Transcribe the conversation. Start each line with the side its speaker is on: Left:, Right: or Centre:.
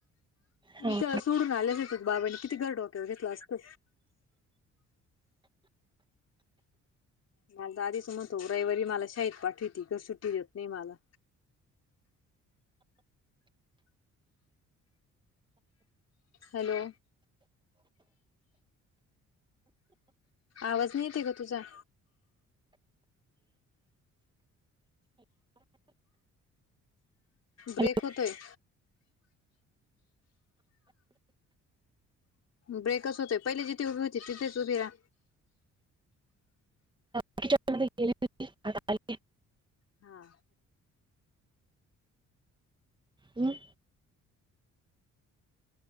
Right: हा
Left: त्याला सोडून आल्या येत बाबानी किती गर डोक्यावर घेतलं असतं. मला तर आधीच म्हणतो, रविवारी मला शाळेत पाठवीत का सुट्टी देत नाही मला हॅलो आवाज नाहीेते ग तुझा ब्रेक
Right: हॅलो
Left: होतोय. ब्रेकच होतय, पहिले जिथे उभी होती तिथेच उभी राहा.
Right: <inaudible>
Left: हा
Right: हम